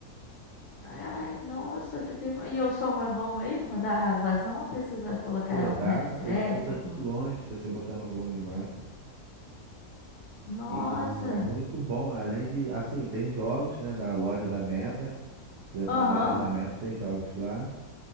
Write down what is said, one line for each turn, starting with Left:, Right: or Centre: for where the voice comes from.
Left: Ai, ai, nossa, fiquei. E o som é bom mesmo? Dá vazão ou precisa colocar
Right: Pô, dá,
Left: um headset,
Right: você escuta
Left: alguma
Right: de
Left: coisa?
Right: longe, se você botar no volume máximo.
Left: Nossa,
Right: E é muito bom. Além de, assim, tem jogos, né, da loja da Meta. Tu entra
Left: aham.
Right: na loja da Meta, tem jogos lá.